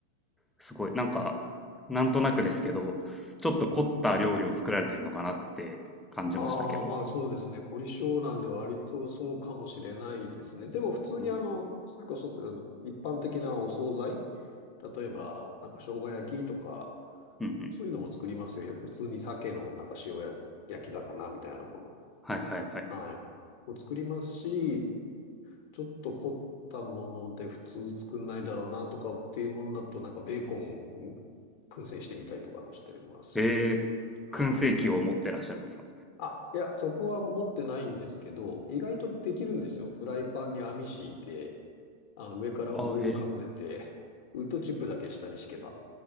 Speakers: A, in the centre; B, on the left (about 65°).
A: すごい。なんか、なんとなくですけど、すちょっと凝った料理を作られてるのかなって感じましたけど。
B: ああ、まあそうですね。凝り性なんで割とそうかもしれないですね。でも普通にあの、
A: うん。
B: さっきおっしゃったように一般的なお惣菜例えば、なんか生姜焼きとか、
A: うんうん。
B: そういうのも作りますよ。普通に鮭のなんか塩や焼き魚みたいなも
A: はいはいはい。
B: の。はい。を作りますし、ちょっと凝ったもので普通作んないだろうなとかっていうものだと、なんかベーコン燻製してみたりとかもしてますしね。
A: えー、
B: はい。
A: 燻製器を持ってらっしゃるんですか
B: あ、いや、そこは持ってないんですけど、意外とできるんですよ。フライパンに網敷いて、あの上からボールかぶせて、
A: あ、へえ。
B: ウッドチップだけ下に敷けば。